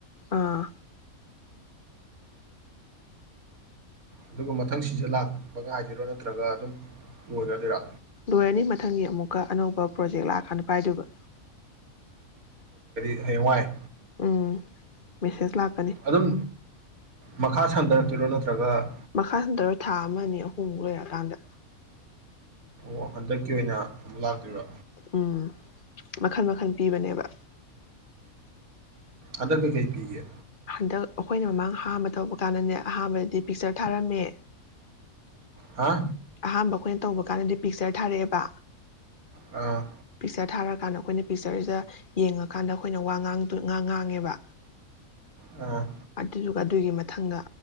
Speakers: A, on the left (about 40°); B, on the right (about 85°).
A: ꯑꯥ
B: ꯑꯗꯨꯒ ꯃꯊꯪ ꯁꯤꯗ ꯂꯥꯛꯄ ꯉꯥꯏꯗꯣꯏꯔꯣ ꯅꯠꯇ꯭ꯔꯒ ꯑꯗꯨꯝ ꯂꯣꯏꯒꯗꯣꯏꯔꯥ
A: ꯂꯣꯏꯔꯅꯤ ꯃꯊꯪꯒꯤ ꯑꯃꯨꯛꯀ ꯑꯅꯧꯕ ꯄ꯭ꯔꯣꯖꯦꯛ ꯂꯥꯛꯑꯀꯗ ꯄꯥꯏꯗꯨꯕ
B: ꯍꯦꯋꯥꯏ
A: ꯎꯝ ꯃꯦꯁꯦꯖ ꯂꯥꯛ
B: ꯑꯗꯨꯝ ꯃꯈꯥ ꯁꯟꯊꯔꯛꯇꯣꯏꯔꯣ ꯅꯠꯇ꯭ꯔꯒ
A: ꯃꯈꯥ ꯁꯝꯊꯔꯣꯏ ꯊꯥ ꯑꯃ ꯑꯅꯤ ꯑꯍꯨꯝꯃꯨꯛ ꯂꯩꯔꯛꯑꯀꯥꯟꯗ
B: ꯑꯣ ꯍꯟꯗꯛꯀꯤ ꯑꯣꯏꯅ ꯑꯗꯨꯝ ꯂꯥꯛꯇꯣꯏꯕ
A: ꯎꯝ ꯃꯈꯜ ꯃꯈꯜ ꯄꯤꯕꯅꯦꯕ
B: ꯑꯗ ꯀꯦ ꯀꯩꯄꯤꯦ
A: ꯍꯟꯗꯛ ꯑꯩꯈꯣꯏꯅ ꯃꯃꯥꯡ ꯑꯍꯝꯕ ꯇꯧꯕ ꯀꯥꯟꯗꯅꯦ ꯑꯍꯥꯥꯟꯕꯗꯗꯤ ꯄꯤꯛꯆꯔ ꯊꯥꯔꯝꯃꯦ
B: ꯍꯥ
A: ꯑꯍꯥꯥꯟꯕ ꯑꯩꯈꯣꯏꯅ ꯇꯧꯕ ꯀꯥꯟꯗꯗꯤ ꯄꯤꯛꯆꯔ ꯊꯥꯔꯛꯑꯦꯕ
B: ꯑꯥ
A: ꯄꯤꯛꯆꯔ ꯊꯥꯔꯀꯥꯟꯗ ꯑꯩꯈꯣꯏꯅ ꯄꯤꯛꯆꯔꯁꯤꯗ ꯌꯦꯡꯉꯀꯥꯟꯗ ꯑꯩꯈꯣꯏꯅ ꯋꯥ ꯉꯥꯡ ꯉꯥꯡ ꯉꯥꯡꯉꯦꯕ
B: ꯑꯥ
A: ꯑꯗꯨꯗꯨꯒ ꯑꯗꯨꯒꯤ ꯃꯊꯪꯗ